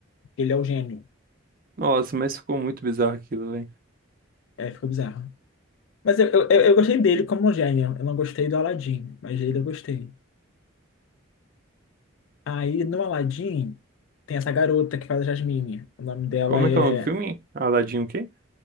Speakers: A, on the left; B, on the right.
A: Ele é o gênio.
B: Nossa, mas ficou muito bizarro aquilo, velho.
A: É, ficou bizarro. Mas eu, eu, eu gostei dele como um gênio. Eu não gostei do Aladdin, mas dele eu gostei. Aí no Aladdin tem essa garota que faz a Jasmine. O nome dela
B: Como
A: é
B: é que é o nome do filme? Aladdin o quê?